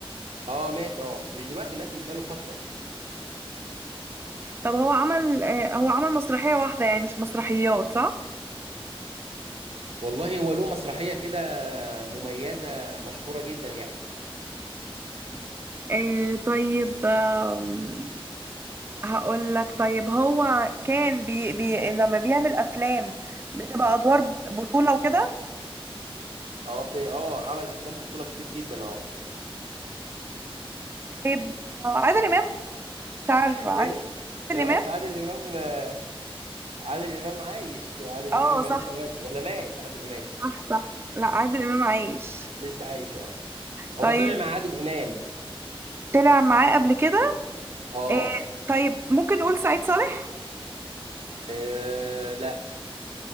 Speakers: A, on the right; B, on the right.
A: اه مات اه مش دلوقتي مات بقاله فتره
B: طب هو عمل آه هو عمل مسرحية واحدة يعني مش مسرحيات صح؟
A: والله هو له مسرحيه كده مميزه مشهوره جدا يعني
B: آه طيب آم، هقول لك طيب هو كان بي بي لما بيعمل أفلام بتبقى أدوار بطولة وكده
A: اه في اه عمل افلام بطوله كتير جدا اه
B: طيب آه، عادل إمام مش عارفة
A: <laughs>
B: عادل
A: ايه لا
B: إمام
A: اصل عادل امام آه، عادل امام عايش عادل
B: اه
A: امام ما لسه
B: صح
A: ماتش ولا مات عادل امام
B: صح صح لا عادل امام عايش
A: لسه عايش اه هو
B: طيب
A: طلع مع عادل امام
B: طلع معاه قبل كده
A: اه
B: آه طيب ممكن نقول سعيد صالح
A: آه، لا